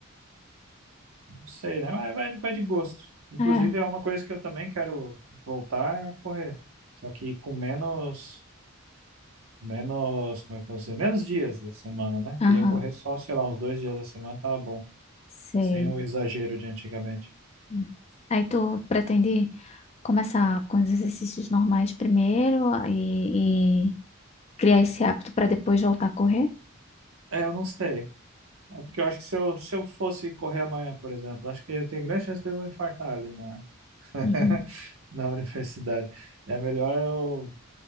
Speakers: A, on the right; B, on the left.
A: Não sei, né? Mas vai, de vai de gosto. Inclusive,
B: É,
A: é uma coisa que eu também quero voltar a correr. Só que com menos, menos, como é que eu posso dizer? Menos dias da semana, né?
B: aham,
A: Queria correr só, sei lá, uns dois dias da semana, tava bom.
B: sei.
A: Sem o exagero de antigamente.
B: uhum. Aí tu pretende começar com os exercícios normais primeiro e, e criar esse hábito para depois voltar a correr?
A: É, eu não sei. É porque eu acho que se eu, se eu fosse correr amanhã, por exemplo, acho que eu tenho grande chance de eu infartar ali na, <laughs>
B: uhum.
A: na universidade. É melhor eu,